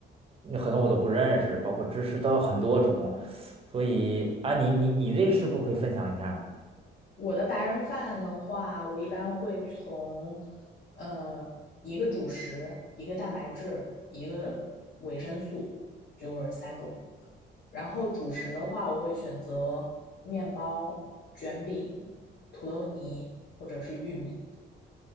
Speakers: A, on the right; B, on the left.
A: 嗯很多我都不认识，包括芝士都有很多种，所以啊，你你你这个是不是可以分享一下吗？
B: 我的白人饭的话，我一般会从，呃，一个主食、一个蛋白质、一个维生素，就是三种。然后主食的话，我会选择面包、卷饼、土豆泥或者是玉米。